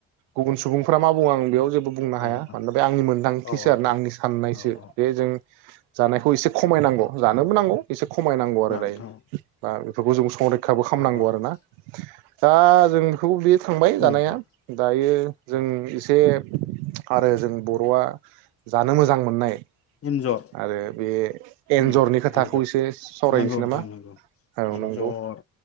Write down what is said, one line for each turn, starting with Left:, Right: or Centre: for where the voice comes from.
Right: गुबुन सुबुंफ्रा मा बुङो आं बेयाव जे बुंनो
Left: औ
Right: हाया
Left: नोंथां
Right: मानोन बे आंनि मोन्दांथिसो
Left: औ नोंथां
Right: आरो ना आंनि साननायसो
Left: औ औ
Right: बेे जों जानायखौ एसे खमायनांगौ जानोबो नांगौ एसे खमायनांगौ आरो
Left: नोंथां
Right: दायो दा फोरखौ जों संरै खाबो खामनांगौ
Left: औ औ
Right: आरोना
Left: औ
Right: दा जों बेखौ जे थांबाय
Left: उम
Right: जानाया
Left: नोंथां
Right: दायो जों एसे आरो जों बर'आ जानो मोजां मोननाय
Left: एन्जर
Right: आरो बे एन्जरनि
Left: उम
Right: खोथाखौ
Left: एन्जर
Right: एसे सावरायनोसै
Left: नंगौ नोंथां
Right: नामा
Left: नंगौ
Right: औ
Left: एन्जर
Right: नोंगौ